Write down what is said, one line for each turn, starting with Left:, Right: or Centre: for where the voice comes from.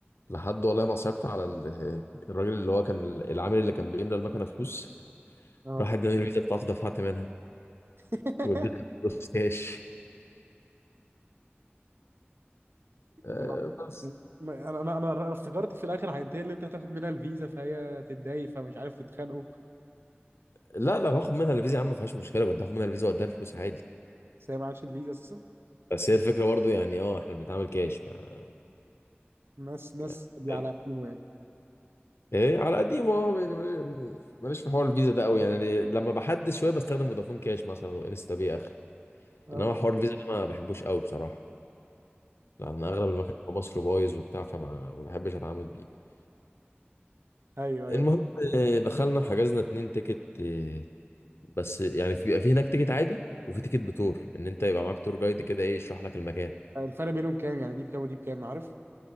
Left: لحد والله ما صعبت على ال- الراجل اللي هو كان العامل اللي كان بيملى المكنه فلوس
Right: أه
Left: راح اداني الفيزا بتاعته دفعت منها
Right: <laughs>
Left: واديتها فلوس كاش آه
Right: وبعد-
Left: بس
Right: ما- انا انا انا أنا افتكرت في الاخر هينتهي اللي انت هتاخد منها الفيزا فهي هتتضايق فمش عارف تتخانقوا
Left: لا لا باخد منها الفيزا يا عم ما فيهاش مشكله كنت هاخد منها الفيزا واديها الفلوس عادي
Right: بس هي معهاش الفيزا اساسا
Left: بس هي الفكره برضه يعني اه احنا بنتعامل كاش يعني
Right: ناس ناس
Left: يعني
Right: دي على قديمه يعني
Left: ايه على قديمه اه يعني مالي- ماليش في حوار الفيزا ده قوي يعني لما بحدد شويه بستخدم فودافون كاش مثلا وانستا باي اخري
Right: اه
Left: انما حوار الفيزا ده ما بحبوش قوي بصراحه لان اغلب المكان في مصر بايظ وبتاع فما ما بحبش اتعامل بيه
Right: ايوه ايوه
Left: المهم آه، دخلنا وحجزنا اتنين تيكت آه، بس يعني في بيبقى في هناك تيكت عادي وفي تيكت بتور ان انت يبقى معاك تور جايد كده ايه يشرح لك المكان
Right: فاهم. الفرق بينهم كام يعني دي بكام ودي بكام عارف